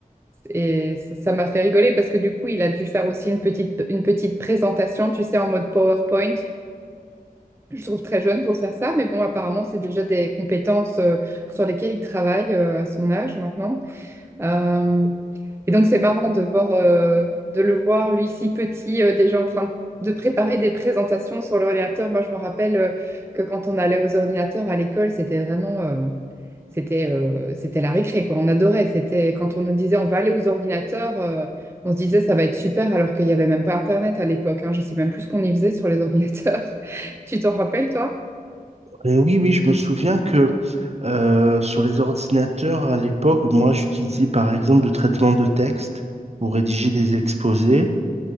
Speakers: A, on the right; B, on the right.
A: et ça ça m'a fait rigoler parce que du coup, il a dû faire aussi une petite, une petite présentation, tu sais, en mode PowerPoint je trouve très jeune pour faire ça, mais bon, apparemment, c'est déjà des compétences euh, sur lesquelles il travaille euh, à son âge maintenant. Euh, et donc, c'est marrant de voir, euh, de le voir, lui, si petit, euh, déjà en train de préparer des présentations sur l'ordinateur. Moi, je me rappelle euh, que quand on allait aux ordinateurs à l'école, c'était vraiment, euh, c'était, euh, c'était la récré, quoi. On adorait. C'était quand on nous disait, on va aller aux ordinateurs, euh, on se disait, ça va être super, alors qu'il n'y avait même pas Internet à l'époque, hein. Je sais même plus ce qu'on y faisait sur les ordinateurs. <laughs> Tu t'en rappelles, toi?
B: Et oui, oui, je me souviens que euh, sur les ordinateurs à l'époque, moi, j'utilisais par exemple le traitement de texte pour rédiger des exposés